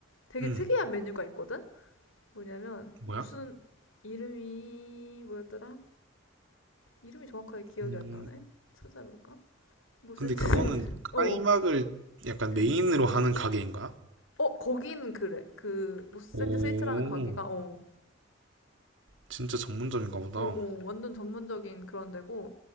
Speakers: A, on the left (about 75°); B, on the right (about 65°).
A: 되게
B: 음,
A: 특이한 메뉴가 있거든? 뭐냐면
B: 뭐야?
A: 무슨 이름이 뭐였더라? 이름이 정확하게 기억이
B: 음,
A: 안 나네. 찾아볼까? 모센즈
B: 근데 그거는
A: 스위트. <laughs> 어.
B: 카이막을 약간
A: 응.
B: 메인으로 하는 가게인가?
A: 어, 거기는 그래. 그 모센즈
B: 오,
A: 스위트라는 가게가 어.
B: 진짜 전문점인가 보다.
A: 오오 완전 전문적인 그런 데고